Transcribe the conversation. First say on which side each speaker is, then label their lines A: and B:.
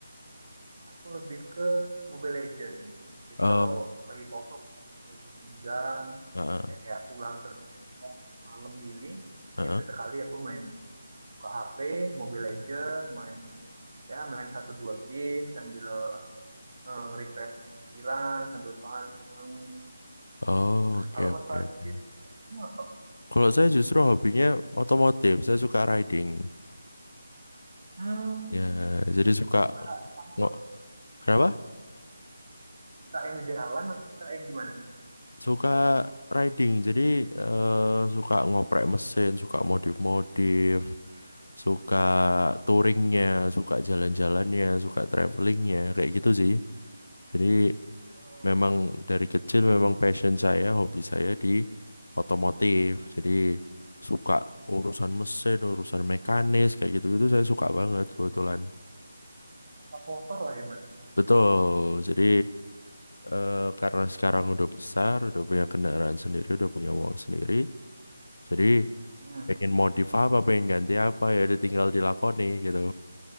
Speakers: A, on the right (about 45°); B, on the left (about 55°).
A: Aku lebih ke Mobile Legends. Jadi
B: Um,
A: kalau lagi kosong, lagi senggang,
B: ah, ah,
A: kayak pulang kerja malam gini, mungkin
B: ah,
A: sesekali
B: ah.
A: aku main buka HP, Mobile Legends, main ya main satu dua game sambil eh, nge-refresh pikiran, sambil fun, seneng.
B: Oh,
A: Nah,
B: oke,
A: kalau
B: oke,
A: Mas Farid
B: oke.
A: sendiri, hobinya apa? Mas?
B: Kalau saya justru hobinya otomotif. Saya suka riding.
A: Hmm,
B: Ya, jadi suka
A: suka sama
B: ngo- Kenapa?
A: suka yang jalan atau suka yang gimana nih?
B: Suka riding. Jadi eh, suka ngoprek mesin, suka modif-modif, suka
A: Hmm.
B: touringnya, suka jalan-jalannya, suka travelingnya, kayak gitu sih. Jadi
A: Oh,
B: memang dari kecil memang passion saya, hobi saya di otomotif. Jadi suka urusan mesin, urusan mekanis kayak gitu-gitu saya suka banget kebetulan.
A: suka motor lah ya Mas.
B: Betul. Jadi eh, karena sekarang udah besar, udah punya kendaraan sendiri, udah punya uang sendiri. Jadi
A: Hmm,
B: pengen modif apa, pengen ganti apa ya udah tinggal dilakoni gitu.